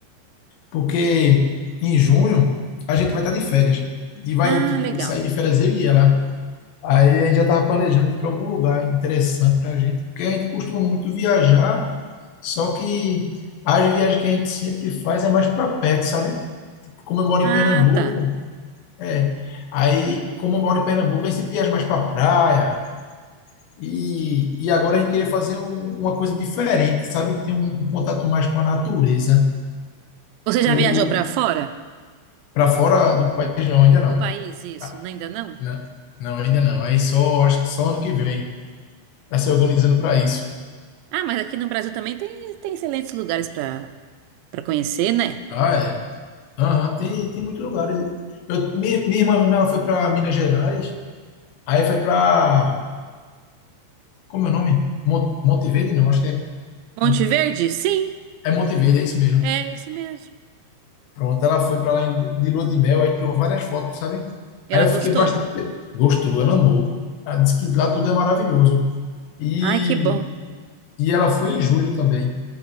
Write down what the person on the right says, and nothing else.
Ah,
legal.
Ah,
tá.
Você já
viajou para fora
do país, isso?
Não, Ainda não?
Ah, mas aqui no Brasil também tem, tem excelentes lugares para para conhecer, né?
Monte
Verde? Sim,
é isso mesmo.
Ela
gostou?
Ai, que bom.